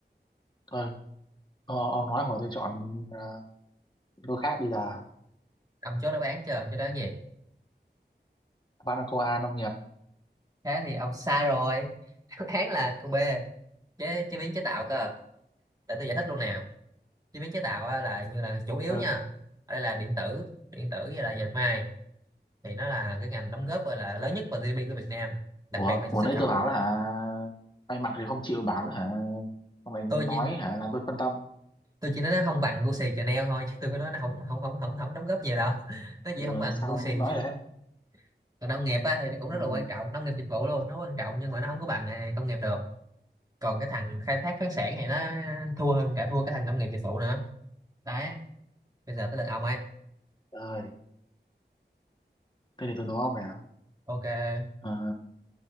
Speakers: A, on the left; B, on the right.
A: thôi ô- ông nói hồi tôi chọn ờ, đôi khác bây giờ
B: ông chốt đáp án chưa ông chốt đáp án gì
A: Banacoa nông nghiệp
B: thế thì ông sai rồi <laughs> đáp án là cô B chế chế biến chế tạo cơ để tôi giải thích luôn nè chế biến chế tạo á, là như là chủ yếu
A: ừ.
B: nha ở đây là điện tử điện tử với là dệt may thì nó là cái ngành đóng góp gọi là lớn nhất vào GDP của Việt Nam đặc
A: ủa
B: biệt là
A: ủa
B: xuất
A: nãy
B: khẩu
A: tôi bảo đó hả may mặc thì không chịu bảo đó hả ông lại nói
B: tôi chỉ
A: hả làm tôi phân tâm
B: tôi chỉ nói nó không bằng Gucci Chanel thôi chứ tôi có nói nó không không không không không đóng góp nhiều đâu <laughs> nó chỉ
A: ừ,
B: không bằng
A: sao
B: Gucci
A: ông cũng nói đấy
B: <laughs> còn nông nghiệp á, thì nó cũng rất
A: ừ
B: là quan trọng nông nghiệp dịch vụ luôn nó quan trọng nhưng mà nó không có bằng à, công nghiệp được còn cái thằng khai thác khoáng sản thì nó thua hơn cả thua cái thằng nông nghiệp dịch vụ nữa đấy bây giờ tới lượt ông ấy
A: rồi thế thì tôi đố ông nè
B: ok
A: Ờ,